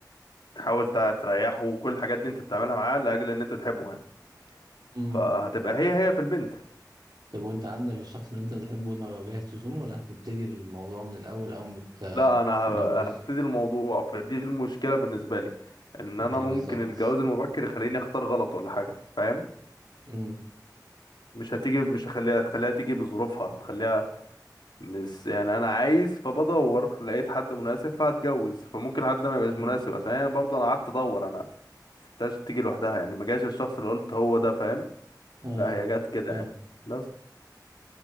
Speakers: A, on the left (about 85°); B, on the right (about 70°).
A: بتحاول تع- تريحه كل الحاجات دي انت بتعملها معاه لاجل ان انت تحبه يعني
B: امم.
A: فهتبقى هي هي في البنت
B: طب وانت عندك الشخص اللي انت بتحبه ده جاهز تصونه ولا هتبتدي الموضوع من الاول اول ما تت-
A: لا انا ه-
B: تتجوز
A: هبتدي الموضوع فدي المشكله بالنسبه لي ان
B: ما
A: انا
B: هي
A: ممكن
B: بالظبط
A: الجواز المبكر يخليني اختار غلط ولا حاجه فاهم
B: امم
A: مش هتيجي مش هخليها هتخليها تيجي بظروفها هتخليها مش يعني انا عايز فبدور لقيت حد مناسب فهتجوز فممكن حد ما يبقاش مناسب
B: امم
A: عشان يعني برضه انا قعدت ادور انا ما سبتهاش تيجي لوحدها يعني ما جاش الشخص اللي قلت هو ده فاهم
B: اه
A: لا هي جت كده
B: فاهم
A: يعني بس